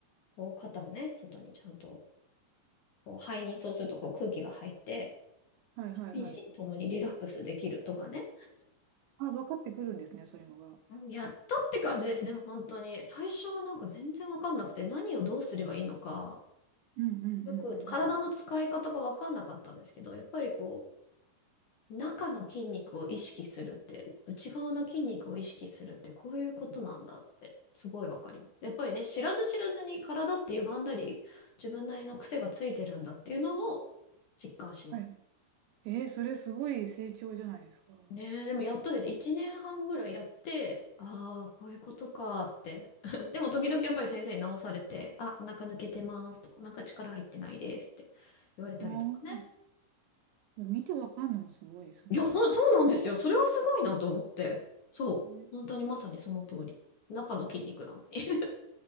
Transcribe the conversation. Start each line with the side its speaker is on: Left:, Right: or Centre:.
Left: こう肩をね、外にちゃんと、こう肺にそうするとこう空気が入って、
Right: はいはいはい。
Left: 心身ともにリラックスできるとかね。
Right: あ、分かってくるんですね、そういうのが。
Left: うんやったって感じです。でも本当に。最初はなんか全然わかんなくて、何をどうすればいいのか、
Right: うんうんうんう
Left: よく体の使い方がわかんなかったんですけど、
Right: ん
Left: やっぱりこう、中の筋肉を意識するって、内側の筋肉を意識するってこういうことなんだって、すごいわかります。やっぱりね、知らず知らずに体って歪んだり、自分なりの癖がついてるんだっていうのを実感します。
Right: はい。えー、それすごい成長じゃないですか。
Left: ねえ、でもやっとです。1年半ぐらいやって、ああ、こういうことかって。<laughs> でも時々やっぱり先生に直されて、あ、お腹抜けてますとか、お腹力入ってないですって言われたりとかね。
Right: ああ見てわかんのもすごいですね。
Left: いや、ほん、そうなんですよ。それはすごいなと思って。そう。
Right: ね
Left: 本当にまさにその通り。中の筋肉なのに。<laughs>